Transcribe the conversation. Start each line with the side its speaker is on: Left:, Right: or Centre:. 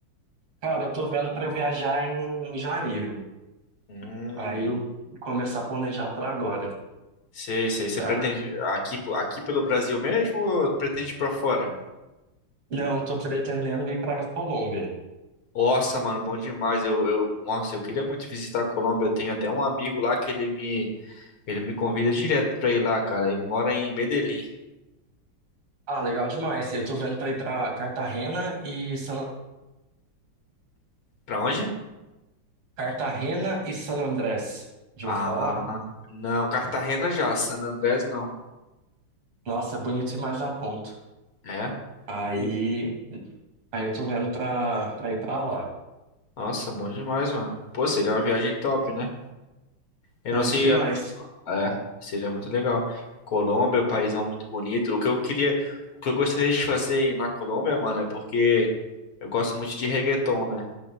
Right: Cara, eu tô vendo pra eu viajar em, janeiro.
Left: Hum,
Right: Aí eu começar a planejar pra agora,
Left: Sei, sei. Você
Right: tá?
Left: pretende aqui, aqui pelo Brasil mesmo ou pretende ir pra fora?
Right: Não, eu tô pretendendo ir pra Colômbia.
Left: Nossa, mano, bom demais. Eu, eu, nossa, eu queria muito visitar a Colômbia. Eu tenho até um amigo lá que ele me, ele me convida direto pra ir lá, cara. Ele mora em Medellín.
Right: Ah, legal demais. Eu tô vendo pra ir pra Cartagena e San
Left: Pra onde?
Right: Cartagena e San Andrés. Já
Left: Ah,
Right: ouviu falar?
Left: não, Cartagena já, San Andrés não.
Right: Nossa, bonito demais da conta.
Left: É?
Right: Aí,
Left: E-
Right: aí eu tô vendo pra, pra ir pra lá.
Left: Nossa, bom demais, mano. Pô, seria uma viagem top, né? Eu
Right: Nossa,
Left: não sei
Right: demais.
Left: É, seria muito legal. Colômbia, o país é muito bonito. O que eu queria, o que eu gostaria de fazer na Colômbia, mano, é porque eu gosto muito de reggaeton, né?